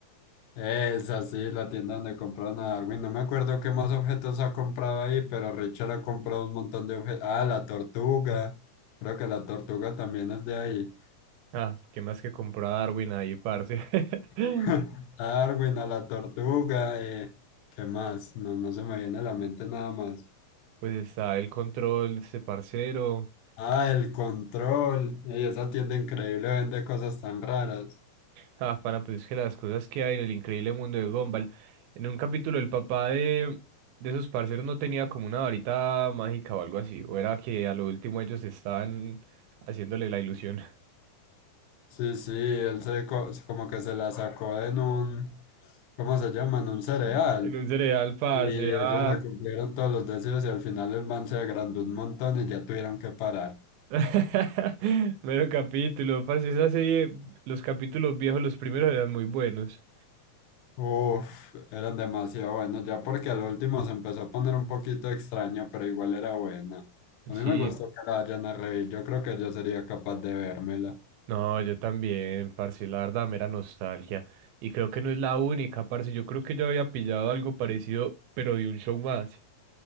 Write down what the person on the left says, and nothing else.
Esa sí, la tienda donde compraron a Darwin. No me acuerdo qué más objetos ha comprado ahí, pero Richard ha comprado un montón de objetos. Ah, la tortuga. Creo que la tortuga también es de ahí.
<laughs> A Darwin, a la tortuga, eh, ¿qué más? No, no se me viene a la mente nada más.
Ah, el control. Ey, esa tienda increíble vende cosas tan raras.
Sí, sí, él se co- como que se la sacó en un, ¿cómo se llama? En un cereal.
Y ellos
le cumplieron todos los deseos y al final el man se agrandó un montón y ya tuvieron que parar.
Uf, eran demasiado buenos, ya porque al último se empezó a poner un poquito extraño, pero igual era buena. A
mí me gustó que la hayan a reír, yo creo que yo sería capaz de vérmela.